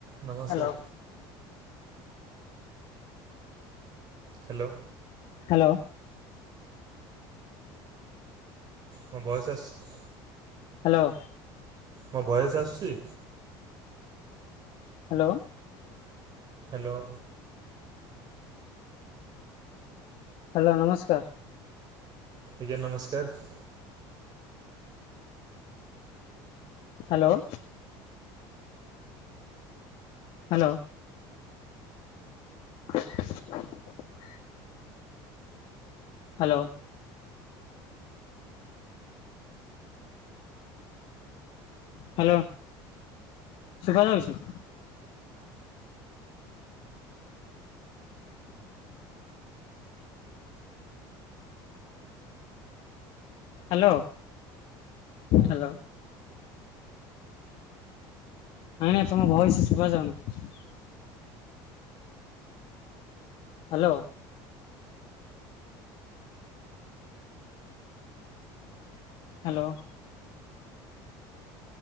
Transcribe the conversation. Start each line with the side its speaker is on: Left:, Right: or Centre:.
Right: ନମସ୍କାର।
Left: Hello
Right: hello.
Left: Hello.
Right: ମୋ voice ଆସୁଛି?
Left: Hello.
Right: ମୋ ଭଏସ ଆସୁଛି?
Left: ହ୍ୟାଲୋ।
Right: ହ୍ୟାଲୋ।
Left: ହ୍ୟାଲୋ ନମସ୍କାର।
Right: ଆଜ୍ଞା ନମସ୍କାର।
Left: ହ୍ୟାଲୋ। ହାଲୋ। <inaudible> ହାଲୋ। <inaudible> ହାଲୋ ଶୁଭାଯାଉଛି? Hello hello. ନାଇଁ ନାଇଁ ତମ ଭଏସ ଶୁଭାଯାଉନି। ହାଲୋ। ହାଲୋ